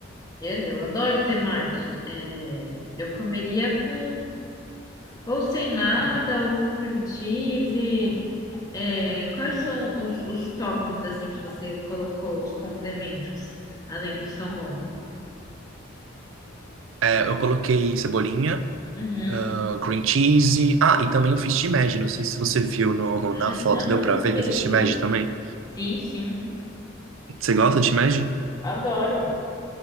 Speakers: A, on the left (about 20°); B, on the right (about 80°).
A: Eu, eu adoro temaki. É, eu comeria com ou sem nada ou com cream cheese. É, quais são os, os toppings assim que você colocou, os complementos, além do salmão?
B: É, eu coloquei cebolinha,
A: Uhum.
B: ah, cream cheese. Ah, e também eu fiz shimeji. Não sei se você viu no-
A: Ah,
B: na foto,
A: não,
B: deu
A: eu
B: pra
A: vi,
B: ver que eu
A: eu
B: fiz shimeji
A: vi.
B: também.
A: Sim, sim,
B: Você gosta de shimeji?
A: adoro.